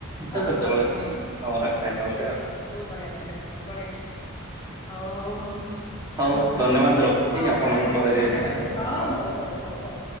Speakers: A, on the left; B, on the right.
A: ହଁ
B: ତ ସେତେବେଳେ
A: ହଁ ହଁ
B: କି
A: ହଁ
B: ଆମର ଖାଇବା
A: ଠିକ
B: <unintelligible>
A: ଠିକ ବହୁତ ବଢିଆ ବଢିଆ ବଢିଆ ହଉ ହଉ ହଉ
B: ହଉ
A: ହଁ
B: ଧନ୍ୟବାଦ ରଖୁଛି
A: ହଉ
B: ଆପଣଙ୍କୁ
A: ଆଜ୍ଞା
B: ପରେ
A: ଆଜ୍ଞା
B: କେତେବେଳେ
A: ଧନ୍ୟବାଦ
B: କଥା
A: ହଉ
B: ହବା।
A: ହଉ ହଉ ହଉ ହଉ